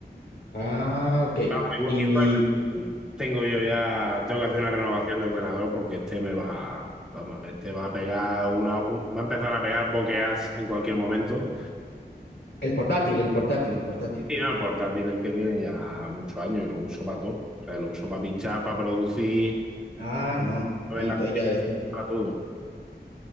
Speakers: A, on the left; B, in the centre.
A: Ah, ok.
B: Vamos, igual-
A: Y
B: igualmente tengo yo ya, tengo que hacer una renovación de ordenador porque este me va, vamos, este va a pegar una, un- va a empezar a pegar bokehs en cualquier momento.
A: el portátil, el portátil, el portátil.
B: Y no, el portátil es que tiene ya muchos años y lo uso para todo. O sea, lo uso para pinchar, para producir,
A: Ah, no,
B: para
A: no,
B: ver
A: entonces
B: la-
A: ya debe estar,
B: para todo.